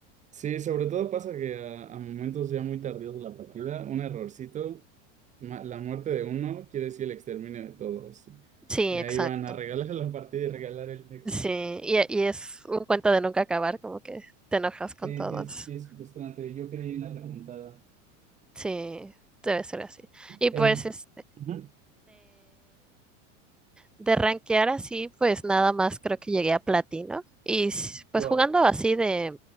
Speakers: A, on the right; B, in the centre.
A: Sí, sobre todo pasa que a, a momentos ya muy tardíos de la partida, un errorcito, ma- la muerte de uno quiere decir el exterminio de todos. sí.
B: Sí,
A: Y ahí
B: exacto.
A: van a regalar la partida y regalar el nexo.
B: Sí, y, y es un cuento de nunca acabar, como que te enojas con
A: Sí,
B: todos.
A: sí, es, sí es frustrante. Yo creí en la remontada.
B: Sí, debe ser así. Y
A: En-
B: pues este,
A: Ujú.
B: de rankear así, pues nada más creo que llegué a platino. Y s- pues
A: Wow.
B: jugando así de,